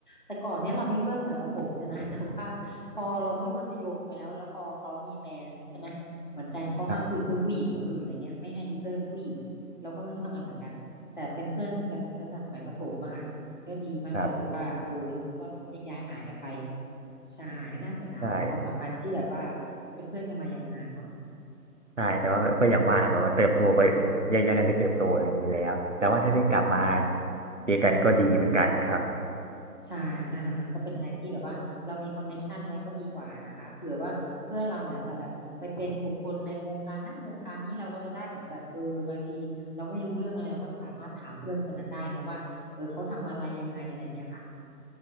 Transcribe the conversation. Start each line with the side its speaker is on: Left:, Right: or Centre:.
Left: แต่ก่อนเนี้ยเรามีเพื่อนสมัยประถมเนี่ยนะ <laughs> แต่ว่าพอเราขึ้นมัธยมไปแล้วแล้วพอเขามีแฟนใช่ไหมเหมือนแฟนเขาห้ามคุยกับเพื่อนผู้หญิงคนอื่นอะไรเงี้ยไม่ให้มีเพื่อนเป็นผู้หญิงเราก็ไม่รู้ทำไมเหมือนกันแต่เป็นเพื่อนกันตั้งแต่สมัยประถมอะค่ะ
Right: ครับครับ
Left: เลยแต่ว่าเออเราก็แยกย้ายหายกันไปใช่ก็น่าเสียดายความสัมพันธ์ที่แบบว่า
Right: ใช่
Left: เป็นเพื่อนกันมายาวนานเนาะ
Right: ใช่แต่ว่าก็อย่างว่าครับแบบว่าเติบโตไปแยกย้ายกันไปเติบโตอะไรอย่างนี้แล้ว แต่ว่าถ้าได้กลับมาเจอกันก็ดีเหมือนกันครับ
Left: ใช่ใช่ค่ะมันก็เป็นอะไรที่แบบว่าเรามีคอนเน็กชันไว้ก็ดีกว่านะคะเผื่อว่าเพื่อนเราเนี่ยจะแบบไปเป็นบุคคลในวงการนั้นวงการนี้เราก็จะได้เหมือนแบบเออบางทีเราไม่รู้เรื่องอะไรเราก็สามารถถามเพื่อนคนนั้นได้นะว่าเออเขาทำอะไรยังไงอะไรเงี้ยค่ะ